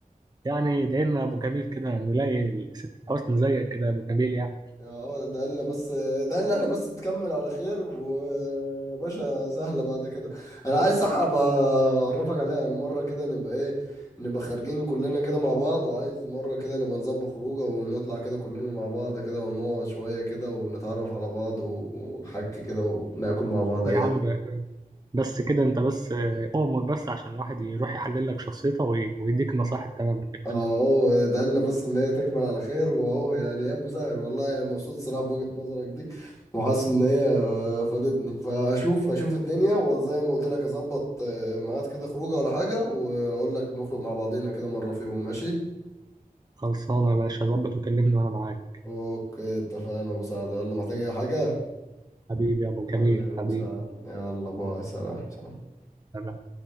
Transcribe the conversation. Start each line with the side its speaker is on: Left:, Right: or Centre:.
Right: يعني ادعي لنا يا أبو جميل كده نلاقي الست حسن زيك كده يا أبو جميل يعني
Left: اه ده قالنا بس ده قالنا احنا بس تكمل على خير وباشا سهلة بعد كده انا عايز صح ابقى اعرفك عليها يعني مرة كده نبقى ايه نبقى خارجين كلنا كده مع بعض وعايز مرة كده نبقى نظبط خروجه ونطلع كده كلنا مع بعض كده ونقعد شوية كده ونتعرف على بعض ونحكي كده وناكل مع بعض
Right: يا
Left: اي
Right: عم بس كده أنت بس آه، أؤمر بس عشان الواحد يروح يحلل لك شخصيته وي- ويديك النصايح التمام كده
Left: اهو ده لنا بس ان هي تكمل على خير واهو يعني يا مسهل والله يعني مبسوط صراحه بوجهه نظرك دي وحاسس ان هي آه، فادتني فاشوف اشوف الدنيا وزي ما قلت لك اظبط آه، ميعاد كده خروجه ولا حاجه واقول لك نخرج مع بعضينا كده مره فيهم ماشي
Right: خلصانة يا باشا ظبط وكلمني وأنا معاك
Left: اوكي اتفقنا مساعده يلا محتاج اي حاجه
Right: حبيبي يا ابو جميل
Left: حبيبي مساعد
Right: حبيبي
Left: يلا باي سلام سلام
Right: أنا